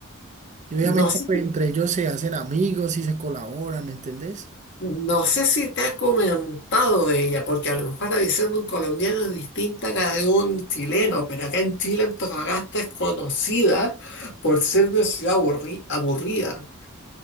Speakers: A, on the right (about 35°); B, on the left (about 55°).
A: Y obviamente
B: No sé
A: pues entre ellos se hacen amigos y se colaboran, ¿me entendés?
B: No sé si te ha comentado de ella, porque a lo mejor la visión de un colombiano es distinta a la de un chileno, pero acá en Chile Antofagasta es conocida por ser una ciudad aburri- aburrida,